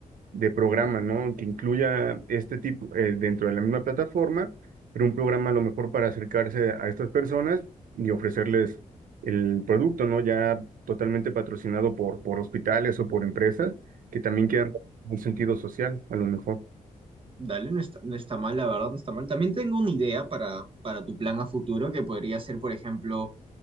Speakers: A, on the right; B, on the right.
A: de programa, ¿no? Que incluya este tipo eh, dentro de la misma plataforma, pero un programa a lo mejor para acercarse a estas personas y ofrecerles el producto, ¿no? Ya totalmente patrocinado por, por hospitales o por empresas que también quieran un sentido social, a lo mejor.
B: Dale, no está, no está mal, la verdad, no está mal. También tengo una idea para, para tu plan a futuro que podría ser, por ejemplo,